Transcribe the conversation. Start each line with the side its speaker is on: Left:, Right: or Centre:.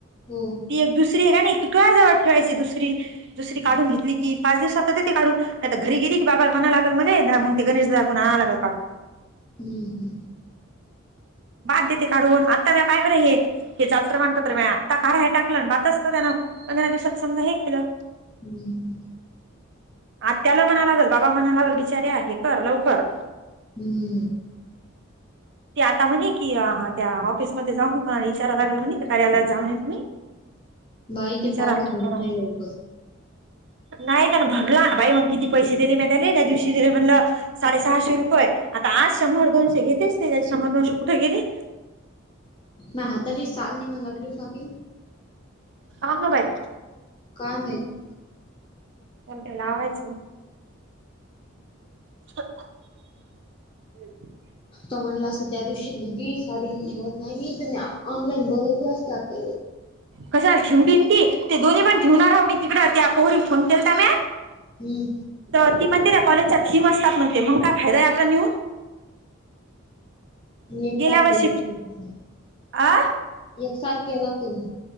Left: हो.
Right: एक दुसरी हे काय ना इतका्या जवळ ठेवायची दुसरी, दुसरी
Left: हम्म
Right: काढून घेतली की पाच दिवस सातात ते काढून, नाही तर घरी गेली की बाबालाणा लागल मणे मग ते गणेश दाखून आण लागल काढून.
Left: हम्म हम्म.
Right: बाद देते काढून, आत्ता म्या पायबरं हे हे जात प्रमाणपत्र मिळा, आता काढाय टाकलं मातचत त्यान, पंधरा दिवसात समजा हे केलं.
Left: हम्म.
Right: आत्याला म्हणा लागल बाबा म्हणा लागल, बिचार्या हे कर लवकर.
Left: हम्म.
Right: ते आता म्हणे की त्या ऑफिसमध्ये जाऊन को इचारा लागल म्हणे कार्यालयात जा म्हणे तुम्ही
Left: बाई ते
Right: विचारा
Left: फॉर्मच भरत नाही लोकं
Right: नाही त्यान भरला, बाई मग किती पैसे दिले मी त्याले त्या दिवशी दिले म्हणलं साडे सहाशे रुपये्, आता आज शंभर दोनशे घेतेच, शंभर दोनशे कुठे गेले
Left: मा हताची साल निघा लागली काकी
Right: अंग ना बाई
Left: काय माहित‌.
Right: पण ते लावायचं. <inaudible>
Left: म्हणलं असं त्या दिवशी दिदी साडी ठेवत नाही मी, तर ऑनलाईन बोलवली असतं त्याले
Right: कशाला ठेवलीन की ते <unintelligible> दोन् पण ठेव आहो मी तिकडं त्या कोहरीत फोन केलता म
Left: हम्म.
Right: तर ती म्हणते र कॉलेजच्या थीम असतात म्हणते, मग काय फायदा आहे आपला नेऊन.
Left: मी एक
Right: गेल्या
Left: साथ
Right: वर्षी
Left: झाला <unintelligible>
Right: आ
Left: एक सारखी लागते महा.